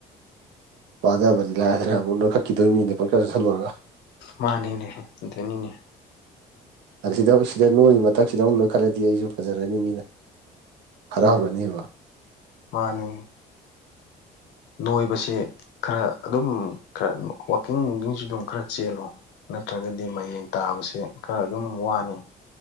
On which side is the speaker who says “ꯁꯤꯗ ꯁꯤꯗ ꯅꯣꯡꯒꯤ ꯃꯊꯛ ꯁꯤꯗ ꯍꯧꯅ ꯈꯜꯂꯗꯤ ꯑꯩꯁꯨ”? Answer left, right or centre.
Right